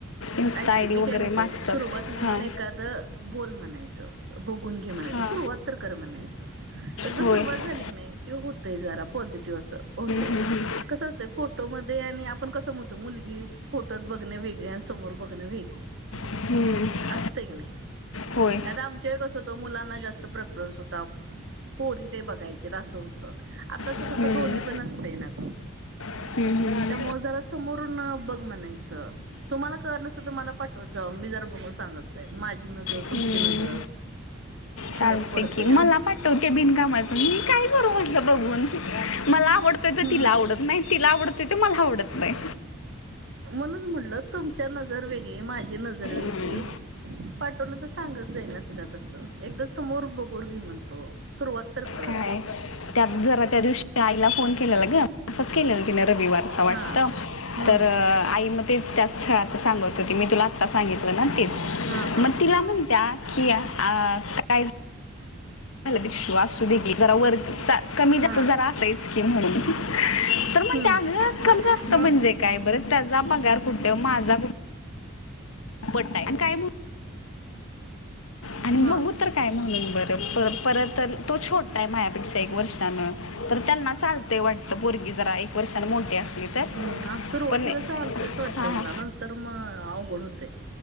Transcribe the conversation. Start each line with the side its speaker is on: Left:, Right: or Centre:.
Left: इन्स्टा
Right: ऐक
Left: आय
Right: की,
Left: डी
Right: मी
Left: वगैरे
Right: काय म्हणतोय
Left: मागतात
Right: सुरुवात म्हणून
Left: हां
Right: एकादं द बोल म्हणायचं, बघून घे म्हणायचं,
Left: हां
Right: सुरुवात तर कर म्हणायचं. एकदा
Left: होय
Right: सुरुवात
Left: हं,
Right: झाली की नाही ते होतय जरा पॉझिटिव्ह असं होतंय.
Left: हं, हं.
Right: कसं असतंय फोटोमध्ये आणि आपण कसं म्हणतो, मुलगी फोटोत बघणे वेगळी आस समोर बघणं वेगळी.
Left: हं,
Right: असतय की नाही.
Left: होय
Right: आता आम ते कसं होत मुलांना जास्त प्रेफरन्स होता, पोरी ते बघायचेत असं. आताच
Left: हं,
Right: कसं दोन्ही पण असतंय ना गं.
Left: हं, हं,
Right: त्यामुळं जरा समोरून अह बघ म्हणायचं. तुम्हाला कळतं नसेल. तर मला पाठवत जावा. मी जरा बघून सांगत जाईन. माझी नजर,
Left: हं.
Right: तुमची नजर.
Left: चालते
Right: फरक पडतय
Left: की.
Right: आम
Left: मला पाठव ते बिनकामाच मी काय करू म्हटलं बघून. मला आवडतोय तर
Right: हम्म
Left: तिला आवडत नाही तिला आवडत ते तर मला आवडत नाही.
Right: म्हणूनच म्हटलं, तुमच्या नजरं वेगळी, माझी नजरं वेगळी.
Left: हं,
Right: पाठवलं तर सांगत जाईन ना तिला तस. एकदा समोर बघून घे म्हणतो सुरुवात तर, कर
Left: काय त्यात जरा त्या दिवशी आईला फोन केलेला ग. असच केलेलं तिने रविवारच वाटत.
Right: हा हम्म
Left: तर आई म त्या खेळाच सांगत होतीत. मी तुला आत्ता सांगितलं ना तेच.
Right: हा हा
Left: मग तिला म्हणत्यात कि काय. <unintelligible> असू दे की जरा वर कमी जास्त
Right: हा
Left: जरा असायच की म्हणून तर म्हणते.
Right: हम्म
Left: चांगल <unintelligible> जास्त
Right: मग
Left: म्हणजे काय बर त्याचा पगार कुठे माझा कुठ. <unintelligible> काय आणि
Right: हा
Left: बघू तर बघू तर. काय म्हणून बर पर परत तो छोटाय माझ्यापेक्षा एक वर्षान. तर त्यांना चालतय वाटत पोरगी जरा एक वर्षानं
Right: हम्म
Left: मोठी असली तर
Right: आज सुरुवातीला
Left: पण
Right: चालतेच वाटते
Left: हां हां
Right: मला नंत नंतर मग अवघड होतय.